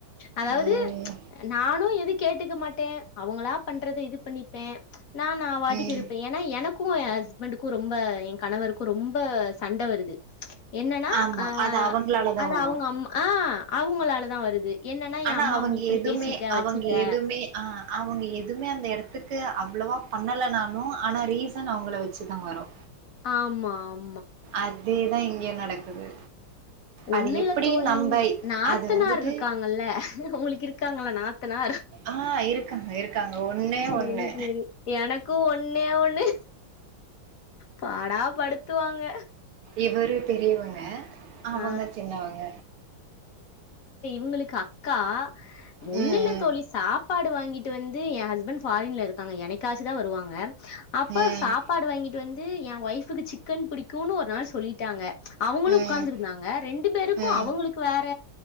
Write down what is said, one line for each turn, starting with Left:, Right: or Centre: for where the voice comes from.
Left: அதாவது
Right: ம்,
Left: நானு எது கேட் டுக்க மாட்டே அவங்களா பண்றத இது பண்ணிப்பே நா நா வாட்டுக்கு
Right: ம்.
Left: இருப்பே ஏன்னா எனக்கு என் ஹஸ் பெண்ட்க்கு ரொம்ப என் கணவருக்கும் ரொம்ப சண்ட வருது என்னன்னா
Right: ஆமா.
Left: அ
Right: அது அவங்களால தான்
Left: அது
Right: வரும்.
Left: அவங்க அம் ஆ அவங்களாலதா வருது. என்னன்னா
Right: ஆனா
Left: எ அம்மாவ
Right: அவங்க
Left: நீ இப்டி
Right: எதுவுமே
Left: பேசிட்ட
Right: அவங்க
Left: வச்சுட்ட
Right: எதுவுமே ஆ அவங்க எதுவுமே அந்த எடத்துக்கு அவ்ளவா பண்ணலனாலு ஆனா ரீசன் அவங்கள வச்சுதா வரு
Left: ஆமா ஆம்
Right: அதேதா இங்கெ நடக்குது.
Left: ஒன்னு
Right: அது
Left: இல்ல
Right: எப்டி
Left: தோழி
Right: நம்ப
Left: நாத்தனார்
Right: அது வந்துட்டு
Left: இருக்காங்கல்ல உங்களுக்கு இருக்காங்களா நா த்தனார்
Right: ஆ இருக்காங்க இருக்காங்க ஒன்னே
Left: சேரி
Right: ஒண்ணு
Left: சேரி எனக்கும் ஒன்னே ஒன்னு பாடா படுத்துவாங்க
Right: இவரு பெரியவங்க அவங்க
Left: ஆ
Right: சின்னவங்க
Left: உங்களுக்கு அக்கா ஒன்னில்ல
Right: ம்
Left: தோழி சாப்பாடு வாங்கிட் டு வந்து என் ஹஸ்பண்ட் பாரின்ல இருக்காங்க என்னைக்காச்சுதா வருவாங்க அப்ப
Right: ம்
Left: சாப்பாடு வாங்கிட்டு வந்து எ ஒய்ஃபுக்கு சிக்கன் புடிக்குனு ஒரு நாள் சொல்லிட்டாங்க அவங்களு
Right: ம்
Left: உக்கார்ந்து
Right: ம்
Left: இருந்தாங்க ரெண்டு பேருக்கு
Right: ம்
Left: அவங்களுக்கு வேற